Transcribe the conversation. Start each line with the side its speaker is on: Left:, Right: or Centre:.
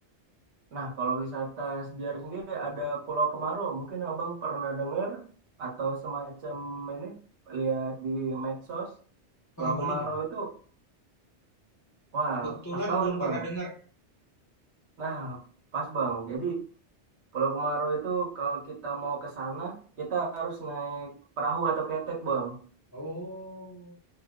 Right: nah kalau wisata sejarah sendiri ada Pulau Kemarau, mungkin Abang pernah dengar atau semacam ini lihat di medsos. Pulau
Left: Wah, belum
Right: Kemarau
Left: ya?
Right: itu, wah,
Left: Kebetulan
Right: pas banget
Left: belum pernah
Right: Bang.
Left: dengar.
Right: Nah, pas Bang. Jadi Pulau Kemaro itu kalau kita mau ke sana, kita harus naik perahu atau ketek, Bang.
Left: Oh,